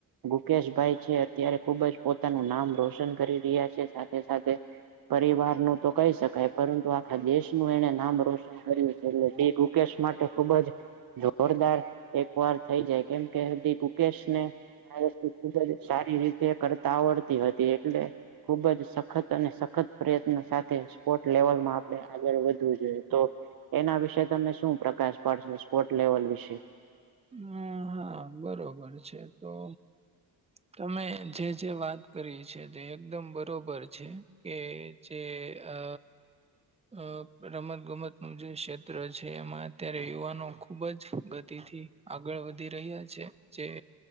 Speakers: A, on the right; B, on the right.
A: ગુકેશભાઈ છે અત્યારે ખુબ જ પોતાનું નામ રોશન કરી રહ્યા છે સાથે પરિવાર નું તો કહી શકાય પરંતુ આખા દેશનું એને નામ રોશન કર્યું. એટલે ડી રુકેશ માટે ખુબ જ જોરદાર એક વાર થઈ જાય કેમ કે ડી ગુકેશ ને આ વસ્તુ ખુબ જ સારી રીતે કરતા આવડતી હતી એટલે ખુબ જ સખત અને સખત પ્રયત્ન સાથે સ્પોર્ટ લેવલમાં આપણે આગળ વધવું જોઈએ તો એના વિશે તમે શું પ્રકાશ પાડશો સ્પોર્ટ લેવલ વિશે?
B: હમ હા બરોબર છે તો તમે જે જે વાત કરી છે તે એકદમ બરોબર છે કે જે અ અ રમતગમતનું જે ક્ષેત્ર છે એમાં અત્યારે યુવાનો ખૂબ જ ગતિથી આગળ વધી રહ્યા છે જે